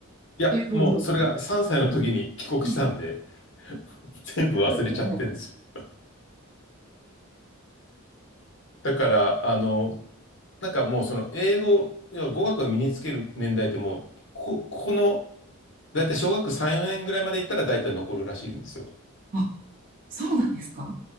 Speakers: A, on the left; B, on the right.
A: いや、
B: 英語状態
A: もうそれが3歳の時に帰国したんで、
B: うん。
A: <laughs> 全部忘れちゃってるんですよ。
B: なるほど。
A: だから、あの、なんかもうその英語、要は語学を身につける年代ってもう、ここ、ここの、だいたい小学3、4年ぐらいまで行ったらだいたい残るらしいんですよ。
B: あ、そうなんですか